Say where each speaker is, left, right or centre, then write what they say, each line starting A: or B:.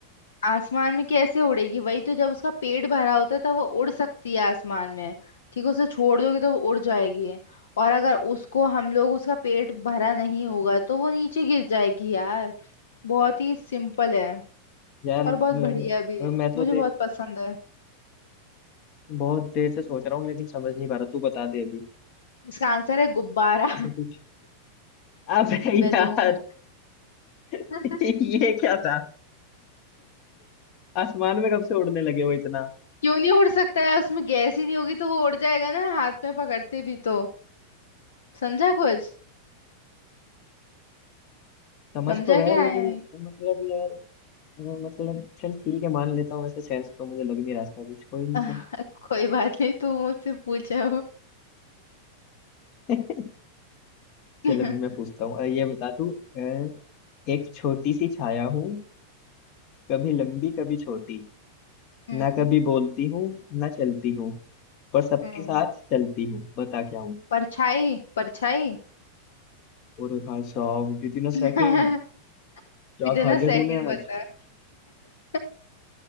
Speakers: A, on the left (about 65°); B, on the left (about 40°).
A: आसमान में कैसे उड़ेगी वही तो जब उसका पेट भरा होता है तब वो उड़ सकती है आसमान में ठीक है उसे छोड़ दोगे तो वो उड़ जाएगी और अगर उसको हम लोग उसका पेट भरा नहीं होगा तो वो नीचे गिर जाएगी यार बहुत ही सिंपल है
B: यार
A: और
B: अ,
A: बहुत बढ़िया भी है
B: अ, मैं तो
A: मुझे
B: देख
A: बहुत पसंद है
B: बहुत देर से सोच रहा हूँ लेकिन समझ नहीं पा रहा तू बता दे अभी
A: इसका आंसर है गुब्बारा
B: इसे कुछ अबे
A: <laughs> बैलून
B: यार <laughs>
A: <laughs>
B: ये क्या था आसमान में कब से उड़ने लगे हो इतना
A: क्यों नहीं उड़ सकता है उसमें गैस ही नहीं होगी तो वो उड़ जाएगा ना हाथ में पकड़ते भी तो समझा कुछ
B: समझ
A: समझा
B: तो गया
A: क्या
B: लेकिन
A: है
B: मतलब यार अ, मतलब चल ठीक है मान लेता हूँ वैसे सेंस तो मुझे लग नहीं रहा इसका कुछ कोई
A: <laughs>
B: नहीं
A: आह,
B: चल
A: कोई बात नहीं तू मुझसे पूछ अब
B: <laughs>
A: हम्म
B: चल अभी मैं पूछता हूँ अ, ये बता तू अ, एक छोटी सी छाया हूँ कभी लंबी कभी छोटी
A: हम्म,
B: ना कभी बोलती हूँ ना चलती हूँ पर सबके
A: हम्म।
B: साथ चलती हूँ बता क्या हूँ
A: परछाई परछाई
B: और भाई साहब विदिन अ
A: <laughs>
B: सेकेंड क्या
A: बिना
B: खा लिया
A: सेकंड
B: तूने आज
A: बता <laughs>